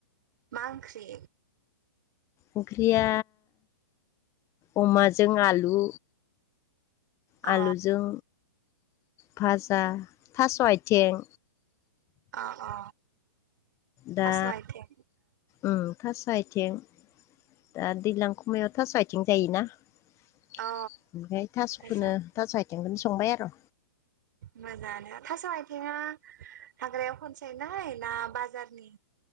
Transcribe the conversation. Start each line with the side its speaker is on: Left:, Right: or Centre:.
Right: मा ओंख्रि?
Left: ओंख्रिया अमाजों आलु। आलुजों
Right: अ
Left: भाजा थास' आइथें
Right: अ अ
Left: दा
Right: थास' आइथें
Left: ओ थास' आथिं दा दैज्लां खमायाव थास' आथिं जायोना ओमफ्राय
Right: अ
Left: थास'खौनो
Right: थास'
Left: थास' आइथिंखौनो संबाय आरो
Right: मोजांनो थास' आइथिंया हाग्रायाव खनसायनाय ना बाजारनि